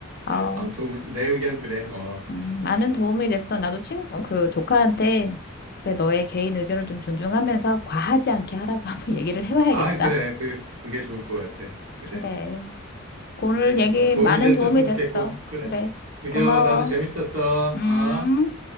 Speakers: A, on the left; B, on the right.
A: 어,
B: 아무튼, 우리- 내 의견 그래, 어,
A: 음, 많은 도움이 됐어. 나도 친, 어, 그 조카한테 그래, 너의 개인 의견을 좀 존중하면서 과하지 않게 하라고 <laughs> 한번 얘기를 해봐야겠다.
B: 아, 그래, 그, 그게 좋을 것 같아, 그래,
A: 그래. 오늘 얘기
B: 어, 도움이
A: 많은
B: 됐었으면
A: 도움이 됐어.
B: 좋겠고, 그래,
A: 그래.
B: 그려,
A: 고마워.
B: 나도 재밌었어,
A: 음.
B: 어?